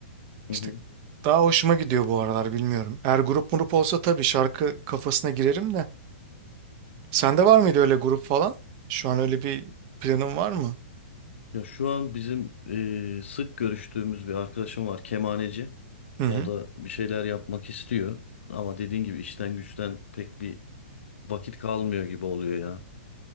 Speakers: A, on the left; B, on the right.
A: <laughs>
B: İşte daha hoşuma gidiyor bu aralar bilmiyorum. Eğer grup murup olsa tabii şarkı kafasına girerim de. Sende var mıydı öyle grup falan? Şu an öyle bir planın var mı?
A: Ya şu an bizim eee, sık görüştüğümüz bir arkadaşım var, kemaneci.
B: Hı hı.
A: O da bir şeyler yapmak istiyor. Ama dediğin gibi işten güçten pek bir vakit kalmıyor gibi oluyor ya.